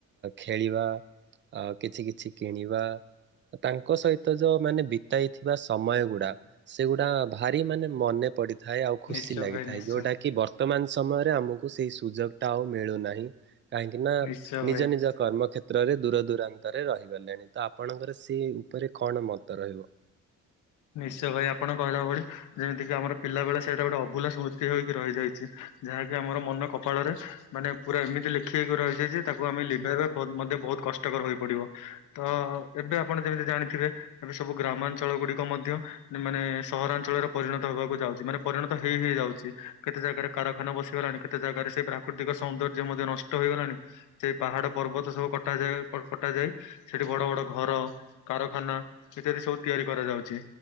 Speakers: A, on the right (about 40°); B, on the left (about 85°).
A: ଖେଳିବା। ଆ କିଛି କିଛି କିଣିବା। ତାଙ୍କ ସହିତ ଯୋଉ ମାନେ ବିତେଇଥିବା ସମୟ ଗୁଡା ସେଗୁଡା ଭାରି ମାନେ ମନେ ପଡିଥାଏ ଆଉ ଖୁସି
B: ନିଶ୍ଚୟ
A: ଲାଗିଥାଏ
B: ଭାଇ ନିଶ୍ଚୟ
A: ଯୋଉଟା କି ବର୍ତ୍ତମାନ ସମୟରେ ଆମକୁ ସେଇ ସୁଯୋଗ ଟା ଆଉ ମିଳୁନାହିଁ। କାହିଁକି ନା
B: ନିଶ୍ଚୟ
A: ନିଜ
B: ଭାଇ।
A: ନିଜ କର୍ମ କ୍ଷେତ୍ର କ୍ଷେତ୍ରରେ ଦୂରଦୂରାନ୍ତରେ ରହିଗଲେଣି ତ ଆପଣଙ୍କର ସେ ଉପରେ କଣ ମତ ରହିବ?
B: ନିଶ୍ଚୟ ଭାଇ ଆପଣ କହିଲା ଭଳି ଯେମିତି କିି ଆମର ପିଲା ବେଳେ ସେଇଟା ଗୋଟେ ଅଭୁଲା ସ୍ମୃତି ହେଇକି ରହିଯାଇଛି। ଯାହାକି ଆମର ମନ କପାଳରେ ମାନେ ପୁରା ଏମିତି ଲେଖେଇକି ରହିଯାଇଚି ଯେ ତାକୁ ଆମେ ଲିଭାଇବା ବୋହୁଙ୍କ ମଧ୍ୟ ବୋହୁତ୍ କ ଟକର୍ ହୋଇପଡିବ ତ ଏବେ ଆପଣ ଯେମିତି ଜାଣିଥିବେ ଏବେ ସବୁ ଗ୍ରାମାଞ୍ଚଳ ଗୁଡି ମଧ୍ୟ ମାନେ ସହରାଞ୍ଚଳରେ ପରିଣତ ହବାକୁ ଯାଉଚି ମାନେ ପରିଣତ ହେଇ ହେଇ ହେଇ ଯାଉଚି। କେତେ ଜାଗାରେ କାରଖାନା ବସିଗଲାଣି କେତେ ଜାଗାରେ ସେ ପ୍ରାକୃତିକ ସୌନ୍ଦର୍ଯ୍ୟ ମଧ୍ୟ ନଷ୍ଟ ହେଇଗଲାଣି। ସେଇ ପାହାଡ ପର୍ବତ ସବୁ କଟାଯାଏ କଟାଯାଇ ସେଠି ବଡ ବଡ ଘର କାରଖାନା ଇତ୍ୟାଦି ସବୁ ତିଆରି କରାଯାଉ ଛି